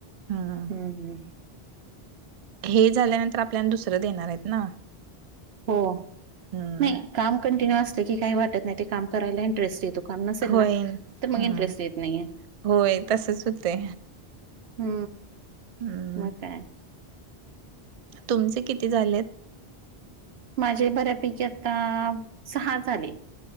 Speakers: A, on the right; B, on the right.
A: हम्म.
B: हु हु
A: हे झाल्यानंतर आपल्याला दुसरं देणारं आहेत ना
B: हो
A: हम्म
B: नाही काम कंटिन्यू असलं की काय वाटत नाही ते काम करायला इंटरेस्ट येतो काम नसेल
A: होय.
B: ना तर मग
A: हम्म
B: इंटरेस्ट येत नाहीये
A: होय तसच होतय
B: हू
A: हम्म
B: मग काय
A: तुमचे किती झालेत
B: माझे बऱ्यापैकी आता सहा झाले